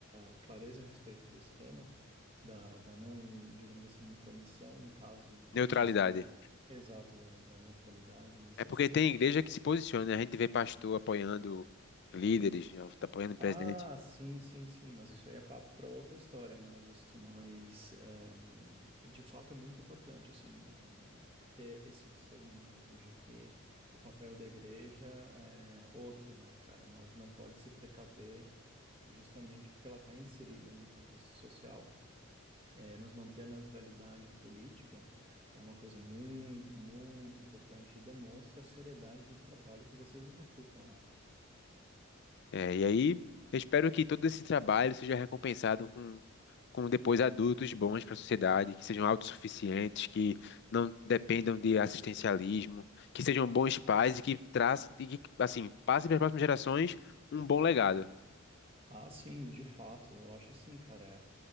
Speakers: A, on the right; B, on the left.
A: é, clareza a respeito desse tema. da, da não, digamos assim, intromissão, no caso de
B: Neutralidade.
A: escolha. Exato, da, da neutralidade nesse
B: É porque
A: assunto.
B: tem igreja que se posiciona, né? A gente vê pastor apoiando líderes, né, apoiando o presidente.
A: Ah, sim, sim, sim, mas isso aí é papo para outra história, né, Augusto? Mas é, de fato é muito importante, assim, em- ter esse discernimento de que o papel da igreja é outro, né, cara? Mas não pode se precaver justamente porque ela está inserida num contexto social. É, mas manter a neutralidade política é uma coisa muito, muito importante e demonstra a seriedade do trabalho que vocês executam lá.
B: É, e aí, eu espero que todo esse trabalho seja recompensado com, com depois adultos bons para a sociedade, que sejam autossuficientes, que não dependam de assistencialismo, que sejam bons pais e que traçam, e que, assim, passem para as próximas gerações um bom legado.
A: Ah, sim, de fato. Eu acho assim, cara.